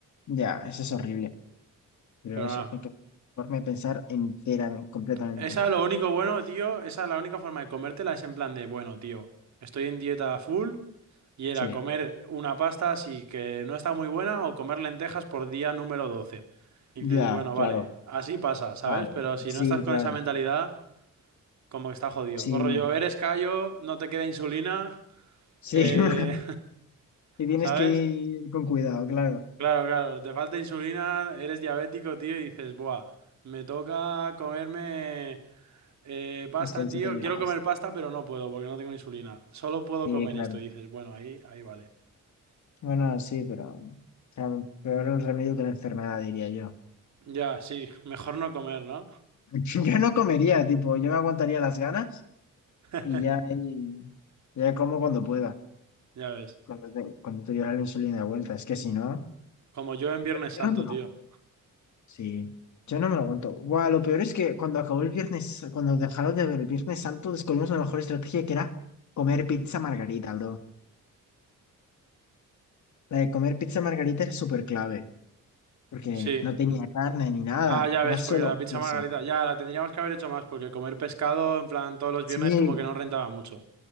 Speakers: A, on the left; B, on the right.
A: Ya, eso es horrible. Pero
B: Pero
A: eso
B: nada.
A: hay que forma de pensar entera, completamente.
B: Esa, lo único bueno, tío, esa la única forma de comértela es en plan de, bueno, tío, estoy en dieta full y era
A: Sí,
B: comer una pasta así que no está muy buena o comer lentejas por día número 12. Y
A: ya,
B: dices, bueno,
A: claro.
B: vale, así pasa, ¿sabes?
A: Ah,
B: Pero si
A: sí,
B: no estás con
A: claro.
B: esa mentalidad, como que está jodido.
A: Sí,
B: O rollo, eres callo, no te queda insulina,
A: sí.
B: eh,
A: <laughs> Y tienes
B: <laughs> ¿sabes?
A: que ir con cuidado, claro.
B: Claro, claro, te falta insulina, eres diabético, tío, y dices, buah, me toca comerme eh, pasta,
A: Es que ahí
B: tío,
A: se te liabas.
B: quiero comer pasta, pero no puedo porque no tengo insulina, solo puedo
A: Sí,
B: comer
A: claro.
B: esto, y dices, bueno, ahí, ahí vale.
A: Bueno, sí, pero o sea, peor el remedio que la enfermedad, diría yo.
B: Ya, sí, <laughs> mejor no comer, ¿no?
A: <laughs> Yo no comería, tipo, yo me aguantaría las ganas
B: <laughs>
A: y ya ahí- ya como cuando pueda,
B: Ya ves,
A: cuando te, cuando te llevas la insulina de vuelta. Es que si no,
B: como yo en
A: yo,
B: Viernes
A: yo
B: Santo,
A: no me lo
B: tío.
A: aguanto. Sí, yo no me lo aguanto. Buah, lo peor es que cuando acabó el viernes, cuando dejaron de ver el Viernes Santo, descubrimos la mejor estrategia que era comer pizza margarita, bro. La de comer pizza margarita era súper clave, porque
B: Sí.
A: no tenía carne ni nada,
B: Ah, ya
A: era
B: ves,
A: solo
B: porque la pizza
A: eso.
B: margarita, ya la tendríamos que haber hecho más, porque comer pescado, en plan, todos los
A: Sí,
B: viernes como que no rentaba mucho.